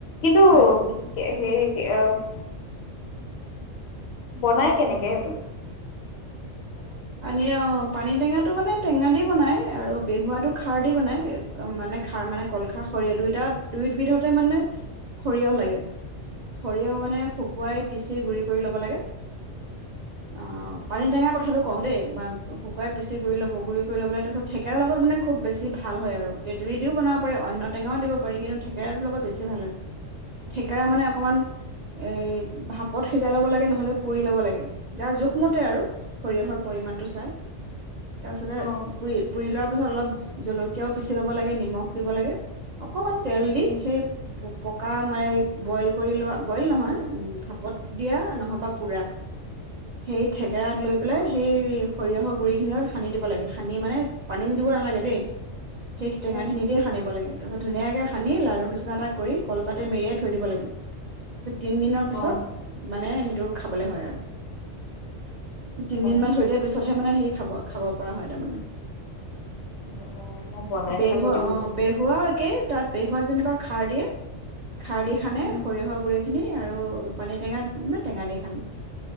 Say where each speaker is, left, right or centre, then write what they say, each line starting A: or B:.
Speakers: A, on the left (about 65°); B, on the right (about 80°).
A: কিন্তু
B: হয় নেকি
A: কি কে হেৰি <unintelligible> বনাই কেনেকে হেটো?
B: পানীয়ে অ' পানী টেঙাত টো মানে টেঙা দি বনাই আৰু বেহুৱাটো খাৰ দি বনাই, মানে খাৰ মানে কল খাৰ সৰিয় দুইটাত- দুইবিধতে মানে সৰিয়হ লাগে, সৰিয়হ মানে শুকুৱাই পিচি গুৰি কৰি ল'ব লাগে। অ পানী টেঙা কথাটো কওঁ দেই বা শুকোৱাই পিছি গুৰি ল'ব, গুৰি কই লৈ পেলাই তাপিছত থেক কেৰা লগত মানে খুব বেছি ভাল হয় আৰু তেতেলি দিও বনাব পাৰি অন্য টেঙাও দিব পাৰি কিন্তু থেকেৰাটো লগত বেছি ভাল হয়। থে কেৰা মানে অকণমান এই ভাপ পথ সিজাই ল'ব লাগে নহ'লে পুৰি ল'ব লাগে। যাৰ-জোখমতে আৰু সৰিয়হৰ পৰিমাণটো চাই তাপিছতে
A: অ
B: পুই-পুৰি লোৱাৰ পিছত অলপ জলকীয়াও পিচি ল'ব লাগে, নিমখ দিব লাগে অকমান তেল দি
A: উম,
B: সেই প-পকা মানে বইল কৰি লোৱা বইল নহয় উ ভাপত দিয়া নহবা পোৰা হেই থেকেৰাত লৈ পেলাই হেই সৰিয়হৰ গুৰি খিনি লগত সানি দিব লাগে সানি মানে পানী দিব নালাগে দেই। সেইহ টেঙা
A: উম,
B: খিনি দিয়ে সানিব লাগে তাপিছত ধুনীয়াকে সানি লাৰু নিচনা এটা কৰি কলপাতে মেৰিয়াই থৈ দিব লাগে। তে তিন দিনৰ পিছত
A: অ',
B: মানে হেটো খাব বোলে হয় আৰু। তিন
A: অ',
B: দিন মান থৈ দিয়া পিছতহে মানে হি খাব। খাব পৰা হয় তামানে।
A: উম, অ', মই বনাই
B: বেহুৱা
A: চাব লাগিব।
B: অ' বেহুৱাও একেই তাত বেহুৱাত যেনিবা খাৰ দিয়ে। খাৰ দি খানে
A: উম,
B: সৰিয়হৰ গুৰি খিনি। আৰু পানী টেঙা <unintelligible> বা টেঙা দি খান